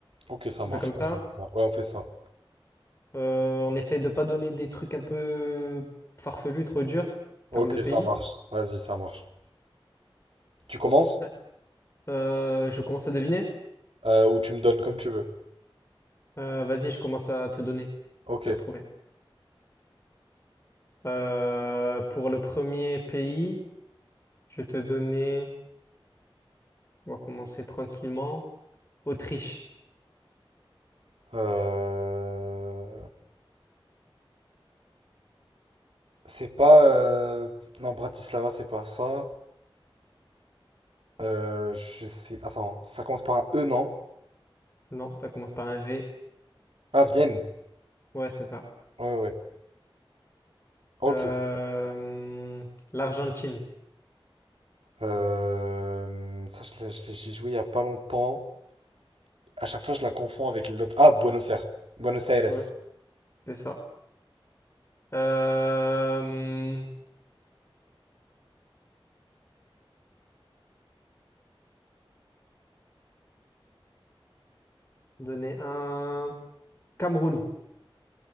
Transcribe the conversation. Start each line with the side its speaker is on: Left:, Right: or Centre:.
Right: Ok, ça marche.
Left: On fait comme
Right: Vas-y,
Left: ça.
Right: on fait ça. Ouais, on fait ça.
Left: Euh, on essaye de pas donner des trucs un peu farfelus, trop durs,
Right: Ok,
Left: en termes de pays.
Right: ça marche. Vas-y, ça marche. Tu commences?
Left: Ah, euh, je commence à deviner.
Right: Euh, ou tu me donnes comme tu veux.
Left: Euh, vas-y, je commence à te donner.
Right: Ok.
Left: Tu dois trouver. Euh, pour le premier pays, je vais te donner. On va commencer tranquillement. Autriche.
Right: Euh... C'est pas... euh, Non, Bratislava, c'est pas ça. Euh, je sais. Attends, ça commence par un E, non?
Left: Non, ça commence par un V.
Right: Ah, Vienne.
Left: Ouais, c'est ça.
Right: Ouais, ouais. ouais. Ok.
Left: Euh, L'Argentine.
Right: Euh, ça, je l'ai- je l'ai- j'y joué il y a pas longtemps. À chaque fois, je la confonds avec l'autre. Ah, Buenos Aires. Buenos Aires.
Left: Ouais. C'est ça. Euh, donner un Cameroun.